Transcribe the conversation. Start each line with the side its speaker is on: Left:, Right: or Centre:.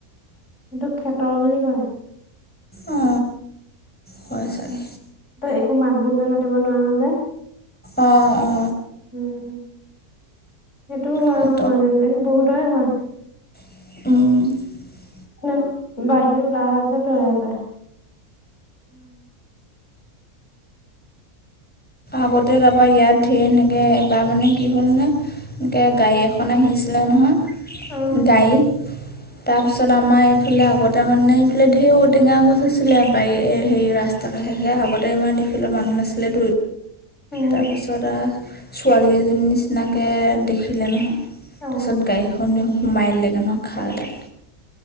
Left: সেইটোক খেতৰ বুলি কয়।
Centre: অ হয় চাগে।
Left: তই একো মাত বোল যে মাতিব নোৱাৰ যে।
Centre: অ অ
Left: উম সেইটোও হয়
Centre: সেই
Left: আৰু মাজে মাজে বহুতৰে হয়
Centre: <unintelligible>
Left: ন বাহিৰৰ উদাহাৰ চা পায়
Centre: আগতে তাৰপা ইয়াত ধেৰ এনেকে বা মানে কি হ'লনে এনেকৈ গাড়ী এখন আহিছিলে নহয়
Left: হা অ
Centre: গাড়ী তাৰপিছত আমাৰ ইফালে আগতে মানে ইফালে ঢেৰ ঔটেঙা গছ হৈছিলে ব হেৰি ৰাস্তা কাষে আগতে ইমান দেখিলে মানু নাছিলে
Left: উম
Centre: তাৰপিছত ছোৱালী এজনীৰ নিচিনাকে দেখিলে নহয় তাৰপিছত
Left: উম
Centre: গাড়ীখনে সোমাই লেগে নহয় খালডাল